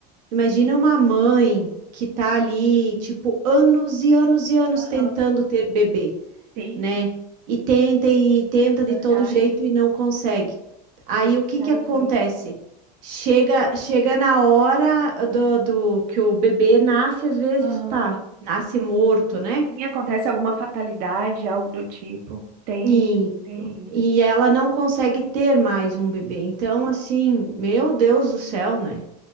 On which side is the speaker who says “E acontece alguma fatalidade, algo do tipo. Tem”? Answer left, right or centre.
Right